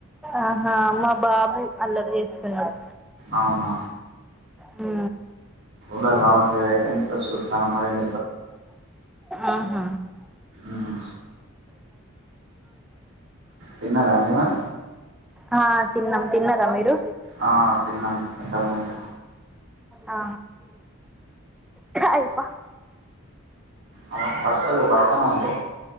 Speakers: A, in the centre; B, on the right (about 55°).
A: ఆహా మా బాబు అల్లరి చేస్తున్నాడు
B: అవునా
A: హ
B: అట్లా రావట్లేదు అయితే ఎందుకొ చూస్తాను మరి ఎం
A: ఆహా
B: ఉమ్ తిన్నారా అండి మరి
A: ఆ తిన్నాం తిన్నారా మీరు
B: ఆ తిన్నాం ఇంతకు ముందే
A: ఆ అయ్యప్ప
B: అ పర్షాలలు బాడత్నాయండి